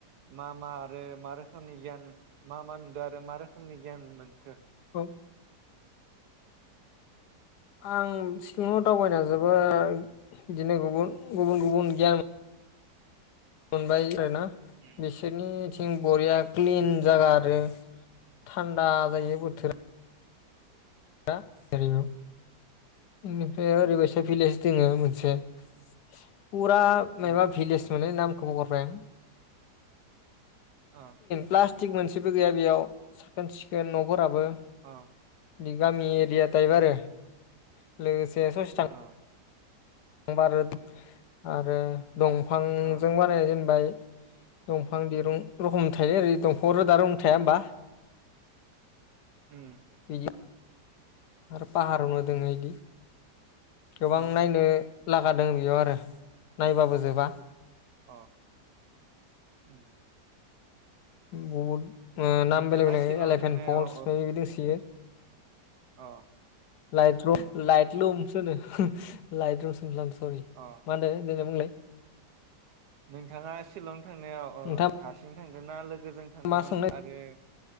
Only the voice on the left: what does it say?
औ आं सिलंङाव दावबायना जोबोर बिदिनो गुबुन गुबुन गुबुन <unintelligible> मोनबाय आरोना
बिसोरनि दिन बरिया क्लिन
जागा आरो थान्दा जायो बोथोरा
<inaudible> ज
उम बे ओरैबायसा
भिलेज दोङो मोन से पुरा
मायबा भिलेज मोनो नाम खौबो हरबाय आं
प्लास्टिक मोनसि सिबो गैया बेयाव साखोन सिखोन न'फोराबो
बिगामि बिया तायब
आरो लोगोसे ससे थां
बा रो आरो दंफांजों
बानायनाय जेनबाय दंफां दिरुं रखम थायो ओरै दंफांङाव रोदारुं थ थाया होमबा?
बिदि आरो पाहारावनो दोंङो
इदि गोबां
नायनो लागादों बेयाव आरो नायबाबो जोबा
बहुत नाम
बेलेग बेलेग
एलेफेन
फल्स इदि दोंसोयो।
लाइट द्रब लाइट ल्दुमस सो होनो लाइट लुमसो होनफ्लांदो। <unintelligible>
मा होनो देलाय‌ बुंलाय।
नोंथाङा
मा सोंनो